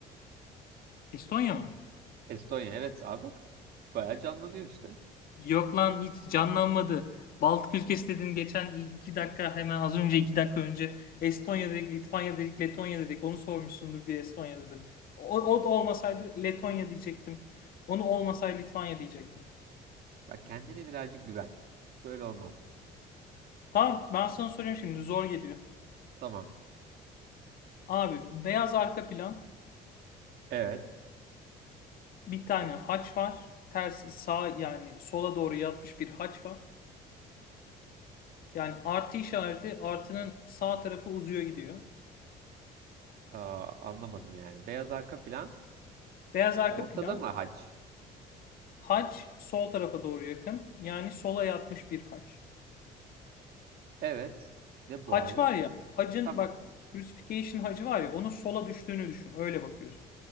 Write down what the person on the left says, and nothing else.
Estonya mı?
Yok lan hiç canlanmadı. Baltık ülkesi dedin geçen iki dakika hemen az önce iki dakika önce Estonya dedik, Litvanya dedik, Letonya dedik. Onu sormuşsundur diye Estonya dedim. O, o da olmasaydı Letonya diyecektim. Onu olmasaydı Litvanya diyecektim.
Tamam ben sana soruyorum şimdi zor geliyor.
Abi beyaz arka plan
bir tane haç var. Ters sağ yani sola doğru yatmış bir haç var. Yani artı işareti artının sağ tarafı uzuyor gidiyor.
Beyaz arka
plan
haç sol tarafa doğru yakın. Yani sola yatmış bir haç.
Haç
var ya hacın
bak crucifixion hacı var ya onun sola düştüğünü düşün. Öyle bakıyorsun.